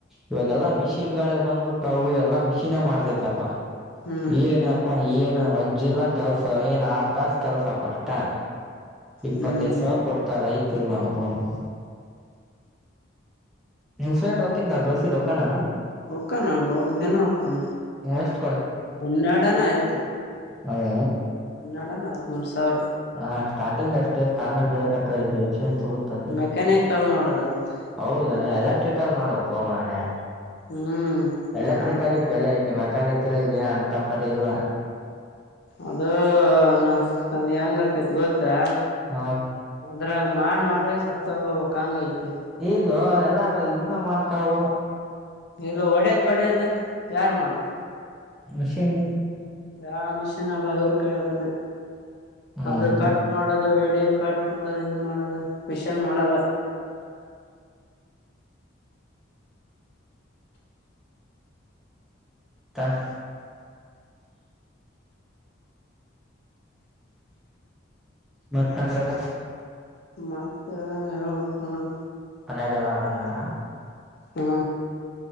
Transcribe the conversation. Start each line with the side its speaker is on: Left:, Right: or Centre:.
Centre: ಇವಾಗೆಲ್ಲಾ ಮಿಷಿನ್ ಗಳು... ಬಂದ್ಬಿಟ್ಟವು ಎಲ್ಲಾ ಮಿಶಿನೆ ಮಾಡ್ತೇತಪ್ಪ
Left: ಹ್ಮ್
Centre: ಏನಪ್ಪಾ ಏ... ವಜ್ಜಿಲ್ಲ ಕೆಲಸ ಏನ್ ಆರು ತಾಸ ಕೆಲ್ಸ ಅಷ್ಟೇ ಇಪ್ಪತ್ತೈದು
Left: ಹ್ಮ್
Centre: ಸಾವಿರ ಕೊಡ್ತಾರ ಐದ್ ತಿಂಗಳ ಲೋನ್.. ನೀನ್ ಪ್ರೇಂಡ್ ಹೊಕ್ಕಿದನ ನಾನ್ ಬಸ್ಸಿಗೆ ಹೋಕನನ್
Left: ಹೋಕನ ಆಗ ಹೋಗ್ದನ ಹೋಕ್ಕನ
Centre: ಎಷ್ಟ್
Left: ಹನ್ನೆರಡನೆ ಆಯ್ತು.
Centre: ಹೌದ
Left: ಹನ್ನೇರಡು ಹದಿಮೂರಸಾವಿರ.
Centre: ಹಾ ಸ್ಟಾರ್ಟಿಂಗ್ ಅಷ್ಟೇ ಆಮೇಲೆ ರೇಟ್ ಅಕೈತಿ.. ತೆಂಚ್ ಓದುತ್ತಾ ಇದೆ
Left: ಮೆಕ್ಯಾನಿಕಲ್ ಮಾಡೋಣ ಅಂತ
Centre: ಹೌದೇನೊ ಎಲೆಕ್ಟ್ರಿಕಲ್ ಮಾಡ್ಬೇಕು ಮಾರಯ..
Left: ಹ್ಮ್
Centre: ಎಲೆಕ್ಟ್ರಿಕಲಿಗ್
Left: ನಾನು
Centre: ಬೆಲೆ ಐತಿ ಮೆಕ್ಯಾನಿಕಲಿಗೆ ಏ ಅಂತ ಪರಿ ಇಲ್ಲ..
Left: ಅದು ನಾ ಹೆಂಗ ಆಕೇತೈತ್ ಗೊತ್ತಾ?
Centre: ಹ
Left: ಅದ್ರಾಗ ಮಾಡ್ ಮಾಡ ಸತ್ತಗೋ ಬೇಕಂಗ್ ಐತೆ.
Centre: ಇಲ್ಲ ಎಲ್ಲಾ ಇವುನ ಮಾಡ್ತಾವು.
Left: ಇಲ್ಲ ಒಡ್ಯದ್ ಬಡ್ಯಿಯದ್ ಯಾರ್ ಮಾಡತ್
Centre: ಮಷಿನ್
Left: ಯಾ ಮಿಷಿನ್ ಅಲ್ಲ ಇವ್ರ ಕಾಯಗಾನೆ
Centre: ಹ್ಮ್
Left: ಅದು ಕಟ್ ಮಾಡದು ಅ ವೇಡನ್ ಕಾಟ್ ಮಾಡದು ಇದ್ ಮಾಡದು ಮಿಷನ್ ಮಾಡಲ್ಲ. <inaudible>
Centre: ಮತ್ತ್ ಮತ್ತ್ ಯಂಗದ
Left: ಮತ್ತೆ ಹೇಳ್ಬೇಕ್ ನೋಡೋ
Centre: ಮನೆಗೆಲ್ಲ ಆರಾಮಾರ
Left: ಹ್ಮ